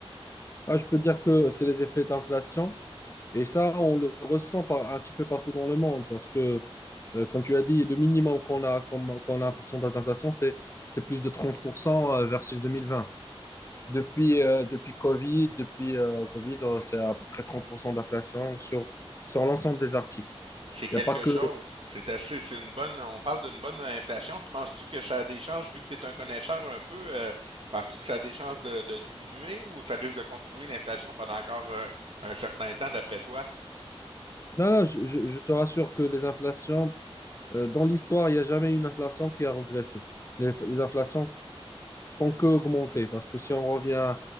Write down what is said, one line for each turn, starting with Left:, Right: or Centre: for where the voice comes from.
Left: Ah, je peux dire que c'est les effets d'inflation. Et ça, on le ressent par, un petit peu partout dans le monde parce que, euh, comme tu as dit, le minimum qu'on a, qu'on, qu'on a un pourcentage d'inflation, c'est, c'est plus de 30% euh, versus 2020. Depuis, euh, depuis Covid, depuis euh, Covid, euh, c'est à peu près 30% d'inflation sur, sur l'ensemble des articles.
Right: C'est quelque
Left: Il n'y a pas que...
Right: chose. C'est assez, c'est une bonne. On parle d'une bonne inflation. Tu penses-tu que ça a des chances, vu que tu es un connaisseur un peu, euh, penses-tu que ça a des chances de, de diminuer ou ça risque de continuer l'inflation pendant encore euh, un certain temps, d'après toi?
Left: Non, non, je, je- je te rassure que les inflations, euh, dans l'histoire, il n'y a jamais eu une inflation qui a régressé. Les, les inflations font que augmenter parce que si on revient